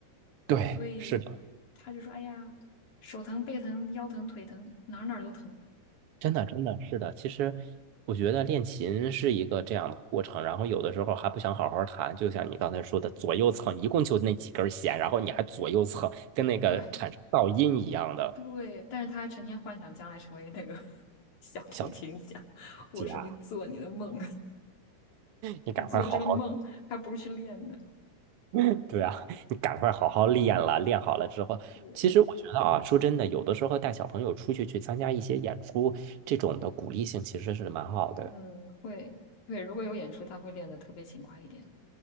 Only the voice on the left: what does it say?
所以
他就说：“哎呀，手疼、背疼、腰疼、腿疼，哪儿哪儿都疼。”
对对，但是他还成天幻想将来成为那个 <laughs> 小提琴家。
我说：
“你做你的梦，<laughs>
你做这个梦，还不如去练呢。”
对，
嗯，会，对，如果有演出，他会练得特别勤快一点。